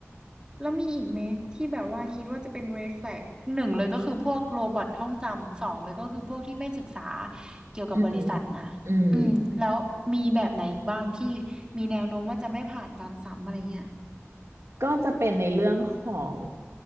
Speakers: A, on the right; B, on the right.
A: แล้วมีอีกไหมที่แบบว่าคิดว่าจะเป็น red flag หนึ่งเลยก็คือพวกโรบอทท่องจำ สองเลยก็คือพวกที่ไม่ศึกษาเกี่ยวกับบริษัทนะ
B: อืมอืม
A: อืมแล้วมีแบบไหนอีกบ้างที่มีแนวโน้มว่าจะไม่ผ่านการสัมอะไรเงี้ย
B: ก็จะเป็นในเรื่องของ